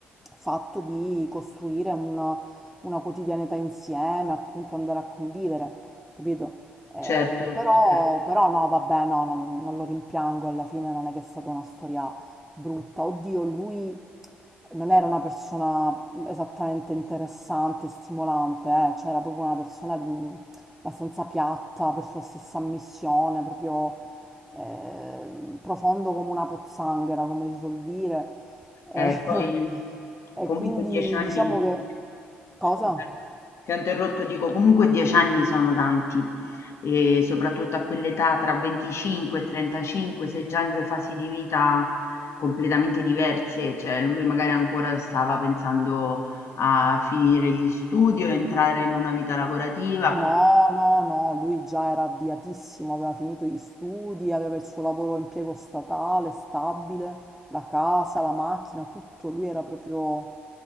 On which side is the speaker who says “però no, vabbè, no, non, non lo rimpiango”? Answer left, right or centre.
Centre